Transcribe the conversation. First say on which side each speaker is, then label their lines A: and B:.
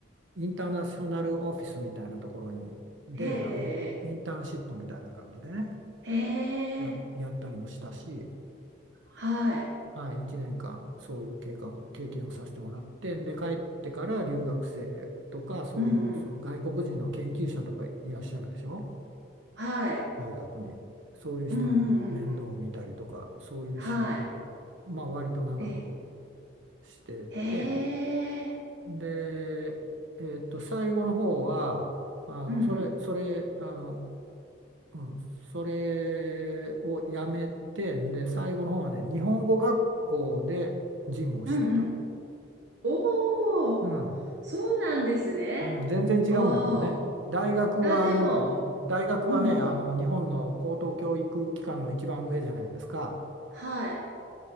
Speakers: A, on the right; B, on the right.
A: インターナショナルオフィスみたいなところにであのインターンシップみたいな感じでね
B: ええ、ええ、ええ。
A: や、
B: ええ
A: やったりもしたし。
B: はい。
A: はい、1年間そういう経過を経験をさせてもらってで帰ってから留学生とかそういうその外国人の研究者とかいらっしゃるでしょ
B: うんうん。はい。
A: 大学にそういう人の面倒を見たりとかそういう仕事を、
B: うんうんうんはい。
A: まあ、割と長く
B: ええ、
A: してて
B: へえ、
A: で、えーっと、最後の方はあのそれそれあの、
B: うんうん、
A: うん、それをやめてで最後の方はね日本語学校で事務をしてた。
B: うんうん。おお、
A: うん
B: そうなんですね。
A: うん、全然違うんだけどね。
B: あ
A: 大学はもう、
B: あ、あ、でも、
A: 大学はね、
B: うんうん、
A: あの日本の高等教育機関の一番上じゃないですか。
B: はい、